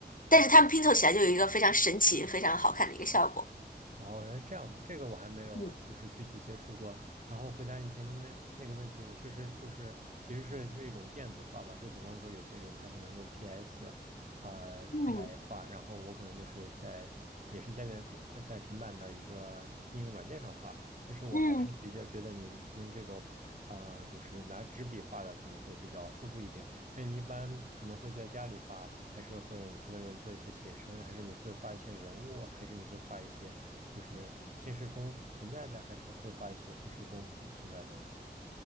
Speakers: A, on the left (about 50°); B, on the right (about 45°).
A: 但是它们拼凑起来就有一个非常神奇、非常好看的一个效果。
B: 哦，原来这样，这个我还没有就是具体接触过。
A: 嗯
B: 然后回答你前面面那个问题，我确实就是其实是是一种电子化吧，就比方说有些人他可能用 PS，呃来嗯画，
A: 嗯
B: 然后我可能就是在也是在那电呃在平板的一个应用软件上画，但是我还是比较觉得你们这种，
A: 嗯，
B: 啊、就是拿纸笔画的可能会比较舒服一点。那你一般可能会在家里画，还是会你去外面做一些写生，还是你会画一些人物，还是你会画一些就是现实中存在的，还是会画一些现实中不存在的东西？